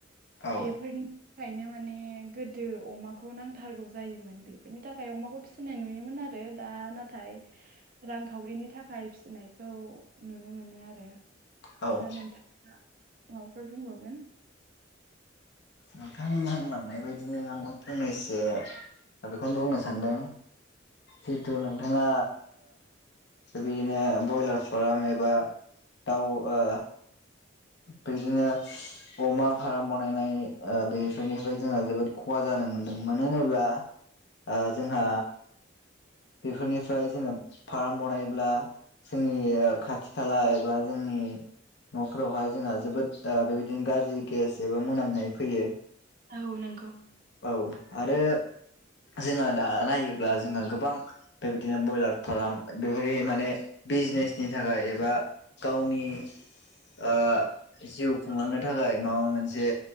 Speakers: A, on the left (about 60°); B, on the right (about 45°).
A: औ
B: बेफोरनि थाखायनो माने गोदो अमाखौ नांथारगौ जायोमोन बेफोरनि थाखाय अमाखौ फिसिनाय नु नुयोमोन आरो दा नाथाय रांखावरिनि थाखाय फिसिनायखौ नुनो मोनो आरो
A: औ
B: दा नोंथाङा माबाफोर बुंबावगोन?
A: नोंथां होनलांनाय बायदिनो आंबो फंनैसो बेखौनो बुंनो सानदों जिथु नोंथाङा बिदिनो ब्रयलार फाराम एबा दाउ ओ बिदिनो अमा फार्म बानायनाय ओ बेफोरनिफ्राय जोंहा जोबोद खहा जानो मोन्दों मानो होनोब्ला ओ जोंहा बेफोरनिफ्राय जोङो फार्म बनायल्बा जोंनि खाथि खाला एबा जोंनि नफोरावहाय जोंहा जोबोद बेबायदिनो गाज्रि गेस एबा मोनामनाय फैयो।
B: औ नंगौ
A: औ आरो जोङो दा नायोब्ला जोङो गोबां बेबायदिनो ब्रयलार फार्म बेफोरदि माने बिजनेसनि थाखाय एबा गावनि ओ जिउ खुंलांनो थाखाय माबा मोनसे